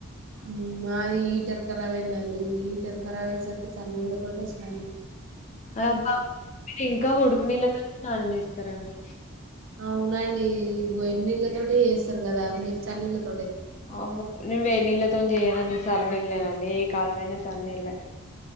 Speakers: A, on the right; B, on the left.
A: ఉమ్ మాది హీటర్ ఖరాబ్ అయిందండి హీటర్ ఖరాబ్ అయిసరికి చల్ నీళ్ళ తోటే స్నాన్
B: అబ్బా మీరు ఇంకా ఉడుకు నీళ్ళతోనే స్నానం చేస్తారండి
A: అవునండి వేడ్ నీళ్ళతోటె చేస్తారు కదండీ చన్నీళ్ళతో
B: అమ నువ్వు వెన్నిలతో చేయ అండి సర్నేలేనండి ఏ కాలంమయినా సర్న్నీల్లే